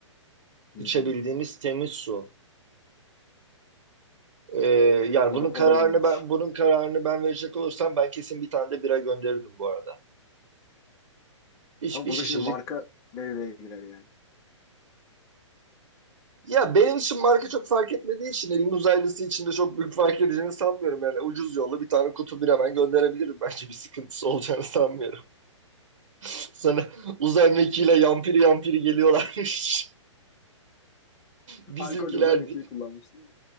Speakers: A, on the left; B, on the right.
A: Hmm.
B: İçebildiğimiz temiz su. Ee,
A: Evet
B: yani
A: o
B: bunun
A: da o
B: kararını
A: da iyiymiş.
B: ben bunun kararını ben verecek olursam ben kesin bir tane de bira gönderirdim bu arada. Bir,
A: Ama
B: bir
A: burada
B: şişecik
A: şimdi marka devreye girer yani.
B: Ya benim için marka çok fark etmediği için elin uzaylısı için de çok büyük fark edeceğini sanmıyorum. Yani ucuz yolla bir tane kutu bir hemen gönderebilirim. <laughs> Bence bir sıkıntısı olacağını sanmıyorum. <laughs> Sana uzay mekiğiyle yampiri yampiri geliyorlarmış.
A: <laughs>
B: <laughs> Bizimkiler
A: Alkol özel ülkeyi kullanmıştım.